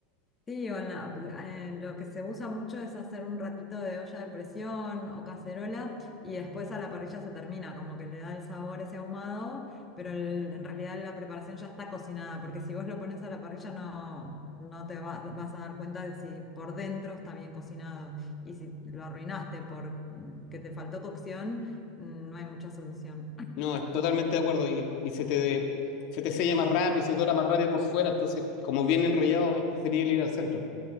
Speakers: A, on the left; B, on the left.
A: Sí, o en la- en lo que se usa mucho es hacer un ratito de olla de presión o cacerola y después a la parrilla se termina, como que le da el sabor ese ahumado, pero el- en realidad la preparación ya está cocinada, porque si vos lo pones a la parrilla no, no te va- vas a dar cuenta de si por dentro está bien cocinado y si lo arruinaste por mm, que te faltó cocción, mm, no hay mucha solución.
B: No, es totalmente de acuerdo. Y, y se te, se te sella más rápido, se dora más rápido por fuera. Entonces, como viene enrollado, es preferible ir al centro.